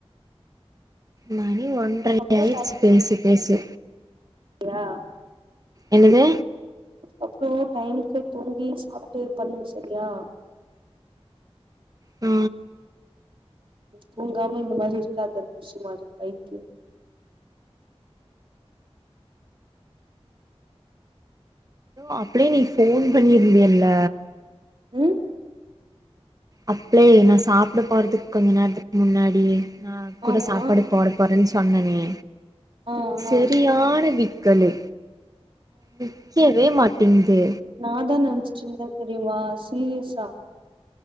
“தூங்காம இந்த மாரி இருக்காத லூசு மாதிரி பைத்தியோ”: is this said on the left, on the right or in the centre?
Right